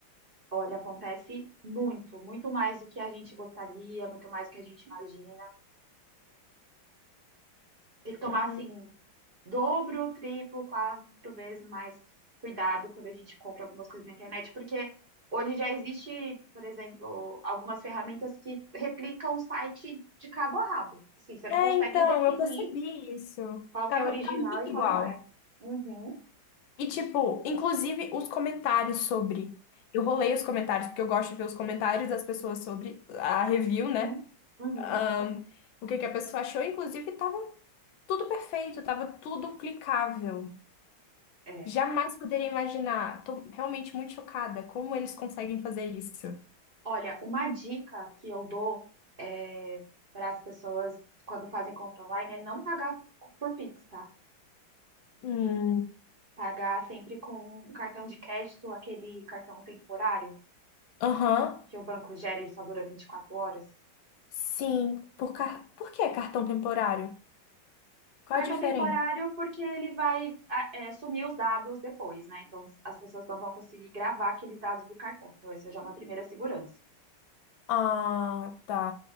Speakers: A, on the right; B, on the left.
A: Olha, acontece muito, muito mais do que a gente gostaria, muito mais do que a gente imagina. Tem que tomar,
B: Hum.
A: assim, dobro, triplo, quatro vezes mais cuidado quando a gente compra algumas coisas na internet, porque hoje já existe, por exemplo, algumas ferramentas que replicam o site de cabo a rabo. Assim, você
B: É,
A: não consegue
B: então,
A: definir
B: eu percebi isso.
A: qual
B: Tava,
A: que é original
B: tá muito
A: e qual
B: igual.
A: não é. Uhum,
B: E, tipo, inclusive os comentários sobre. Eu vou ler os comentários, porque eu gosto de ver os comentários das pessoas sobre a review,
A: uhum,
B: né?
A: uhum.
B: Ahn, o que que a pessoa achou. Inclusive, tava tudo perfeito, tava tudo clicável.
A: É.
B: Jamais poderia imaginar. Tô realmente muito chocada. Como eles conseguem fazer isso?
A: Olha, uma dica que eu dou eh, para as pessoas quando fazem compra online é não pagar por Pix, tá?
B: Hum.
A: Pagar sempre com um cartão de crédito, aquele cartão temporário
B: Aham.
A: que o banco gera e só dura 24 horas.
B: Sim. Por, car... Por que cartão temporário? Qual
A: Cartão
B: a diferença?
A: temporário porque ele vai ah, é, sumir os dados depois, né? Então as pessoas não vão conseguir gravar aqueles dados do cartão. Então, essa já é uma primeira segurança.
B: Ah, tá.